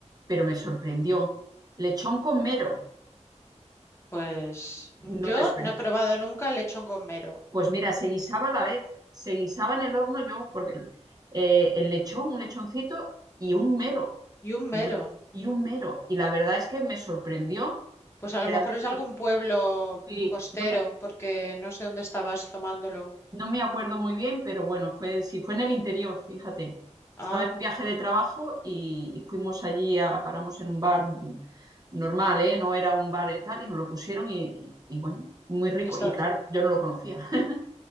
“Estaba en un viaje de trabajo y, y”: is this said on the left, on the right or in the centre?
Right